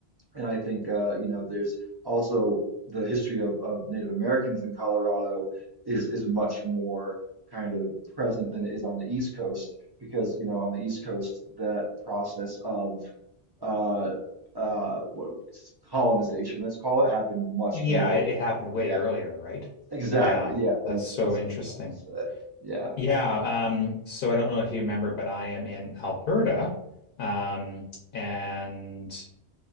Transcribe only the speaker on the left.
yeah,
it, it happened way
earlier, right?
Yeah,
that's so
interesting.
Yeah,
um, so I don't know if you remember, but I am in Alberta. Um, and